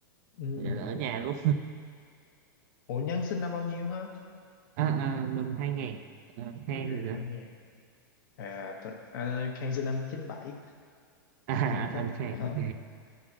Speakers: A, on the left (about 65°); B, on the right (about 50°).
A: ừ
B: Vậy là ở nhà luôn.
A: ủa Nhân sinh năm bao nhiêu hả
B: À, à mình 2000. À, Khang
A: à
B: thì sao?
A: hai ngàn à, thật, à Khang sinh năm chín bảy
B: À,
A: Khang chắc
B: anh Khang,
A: Ờ,
B: anh